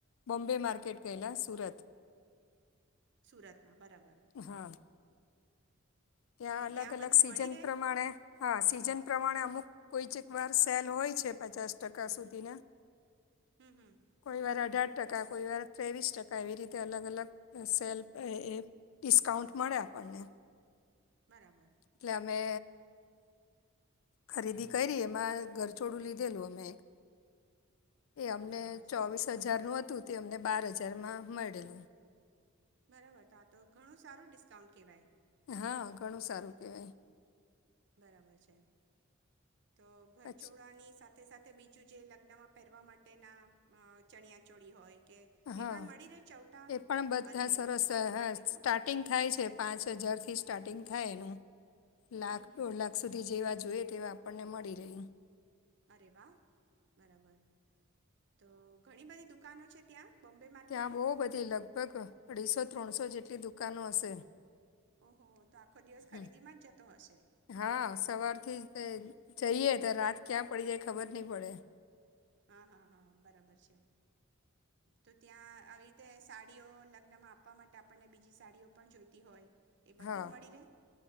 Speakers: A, on the left (about 70°); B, on the right (about 55°).
A: બોમ્બે માર્કેટ ગયેલા સુરત.
B: સુરત હા બરાબર.
A: હા ત્યાં
B: તો
A: અલગ અલગ
B: બધું
A: સીઝન
B: મળી રહે
A: પ્રમાણે હા સીઝન પ્રમાણે અમુક કોઈક વાર સેલ હોય છે પચાસ ટકા સુધીના.
B: હમ હમ
A: કોઈ વાર અઢાર ટકા કોઈ વાર ત્રેવીસ ટકા એવી રીતે અલગ અલગ સેલ એ એ ડિસ્કાઉન્ટ મળે આપણને.
B: બરાબર.
A: એટલે અમે ખરીદી કયરી એમાં ઘરચોડું લીધેલું અમે એક. એ અમને
B: બરાબર
A: ચોવીસ
B: છે
A: હજાર નું હતું તે અમને બાર હજારમાં મળેલું.
B: બરાબર તો આ તો ઘણું સારું ડિસ્કાઉન્ટ કેવાય.
A: હા ઘણું સારું કેવાય.
B: બરાબર છે. તો ઘરચોડાની
A: પછી
B: સાથે. સાથે સાથે બીજું જે લગ્નમાં પહેરવા માટેના અ ચણિયાચોળી હોય. કે એ
A: હા
B: પણ મળી રહે ચૌટા
A: એ પણ બધા
B: અરે
A: સરસ
B: બોમ્બે માર્કેટમાં
A: સ્ટાર્ટિંગ થાય છે પાંચ હજારથી. સ્ટાર્ટિંગ થાય એનું. લાખ
B: હમ હમ
A: દોઢ લાખ સુધી જેવા. જોઈએ તેવા આપણને મળી રહ્યું.
B: અરે વા. બરાબર. તો ઘણી બધી દુકાનો છે ત્યાં. બોમ્બે માર્કેટમાં
A: ત્યાં બહુ બધી લગભગ અઢીસો. ત્રણસો જેટલી દુકાનો હશે.
B: ઓહો તો આખો દિવસ ખરીદી
A: હમ
B: માં જ જતો હશે.
A: હા સવારથી જ જઈએ તો રાત ક્યાં પડી જાય ખબર નહી પડે.
B: હા હા હા બરાબર છે તો ત્યાં આવી રીતે સાડીઓ લગ્નમાં આપવા માટે આપણને બીજી સાડીઓ પણ જોઈતી હોય. એ બધું
A: હા
B: જ મળી રહે